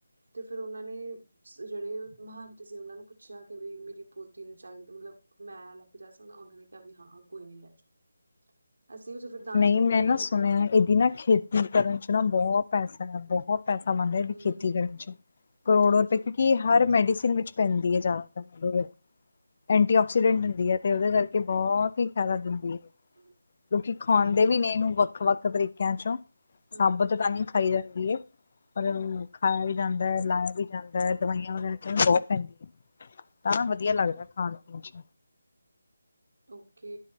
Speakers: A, on the right (about 55°); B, on the left (about 30°).
A: ਤੇ ਫੇਰ ਉਹਨਾਂ ਨੇ ਜਿਹੜੇ ਮਹੰਤ ਸੀ ਉਹਨਾਂ ਨੂੰ ਪੁੱਛਿਆ ਕਿ ਵੀ ਮੇਰੀ ਪੋਤੀ ਨੂੰ ਚਾਹੀਦਾ ਮਤਲਬ ਜਾ ਸਕਦਾ ਉਹਨਾਂ ਨੇ ਕਿਹਾ ਹਾਂ ਕੋਈ ਨੀ ਲੈ ਜਾਓ। ਅਸੀਂ ਉਥੇ ਫਿਰ ਦਾਨ
B: ਨਹੀਂ
A: ਪੁੰਨ
B: ਮੈਂ
A: ਵੀ
B: ਨਾ ਸੁਣਿਆ ਇਹਦੀ ਨਾ ਖੇਤੀ ਕਰਨ ਚ ਨਾ ਬਹੁਤ ਪੈਸਾ ਹੈ ਬਹੁਤ ਪੈਸਾ ਮੰਨਦਾ
A: ਹੂੰ
B: ਖੇਤੀ ਕਰਨ ਚ ਕਰੋੜੋ
A: ਅੱਛਾ
B: ਰੁਪਏ ਕਿਉਂਕਿ ਹਰ ਮੈਡੀਸਨ ਵਿੱਚ ਪੈਂਦੀ ਹੈ ਜ਼ਿਆਦਾਤਰ ਐਂਟੀ ਆਕਸੀਡੈਂਟ ਹੁੰਦੀ ਹੈ ਤੇ ਉਹਦੇ ਕਰਕੇ ਬਹੁਤ ਹੀ ਫਾਇਦਾ ਦਿੰਦੀ ਏ।
A: ਹੂੰ।
B: ਲੋਕਿ ਖਾਂਦੇ ਵੀ ਨੇ ਏਨੂੰ ਵੱਖ- ਵੱਖ ਤਰੀਕੇਆਂ ਚੋਂ,
A: ਹੂੰ
B: ਸਾਬਤ ਤਾਂ ਨਈ ਖਾਈ ਜਾਂਦੀ ਏ। ਪਰ ਹੁਨ ਖਾਏਆ ਵੀ ਜਾਂਦਾ, ਲਾਏਆ ਵੀ ਜਾਂਦਾ, ਦਵਾਈਆਂ ਵਗੈਰਾ ਚ ਹੁਨ ਬੋਤ ਪੇਂਦੀ ਆਂ। ਤਾਂਵੀ ਵੱਧੀਆ ਲੱਗਦਾ ਖਾਣ ਪੀਣ ਚ।
A: ਓਕੇ